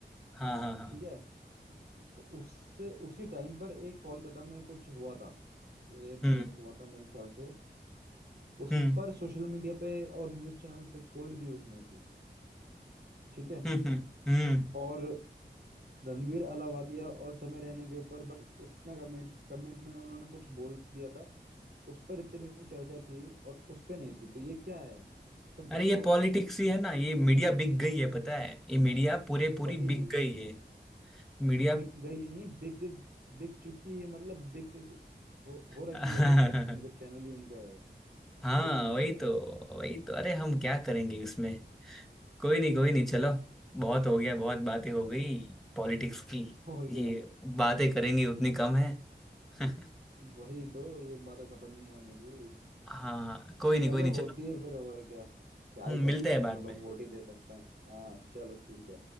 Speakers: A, in the centre; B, on the right.
A: हाँ
B: हाँ
A: हाँ हाँ
B: ठीक है तो उससे उसी टाइम पर एक कोलकाता में कुछ हुआ था रेप
A: हम्म
B: केस हुआ था मेरे ख्याल से उस
A: हम्म
B: पर सोशल मीडिया पे और न्यूज़ चैनल पे कोई न्यूज़ नहीं थी ठीक है
A: हम्म हम्म हम्म।
B: और रणवीर अलावादिया और समय रैना के ऊपर बस उतना कमिट कमिटमेंट उन्होंने कुछ बोल दिया था उस पर इतनी चर्चा थी और उस पे नहीं थी तो ये क्या है खुद
A: अरे
B: बताओ
A: ये पॉलिटिक्स
B: आप
A: ही है ना ये मीडिया बिक गई है पता है ये मीडिया पूरे पूरी
B: वही
A: बिक गई है मीडिया
B: बिक गई नहीं बिक बिक चुकी है मतलब बिक हो, हो रखी
A: <laughs>
B: है मतलब उनका चैनल ही उनका है
A: हाँ
B: ये समझ
A: वही
B: लो
A: तो वही तो अरे हम क्या करेंगे उसमें कोई नहीं कोई नहीं चलो बहुत हो गया बहुत बातें हो गई पॉलिटिक्स की
B: और
A: ये
B: क्या
A: बातें करेंगे उतनी कम है <laughs>
B: वही तो ये बात खत्म नहीं होने की
A: हाँ कोई नहीं
B: चलो
A: कोई नहीं चलो
B: होती है फिर और क्या क्या
A: हम्म,
B: ही कर
A: मिलते
B: सकते
A: हैं बाद
B: हैं अपना लोग
A: में
B: वोट ही दे सकते हैं हाँ चलो ठीक है